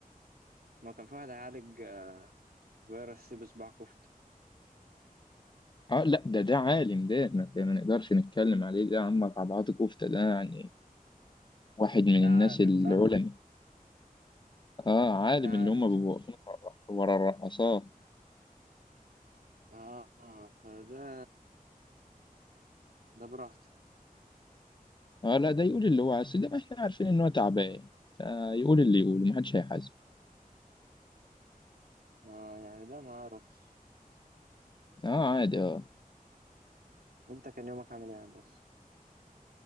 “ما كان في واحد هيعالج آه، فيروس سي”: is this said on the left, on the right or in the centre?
Right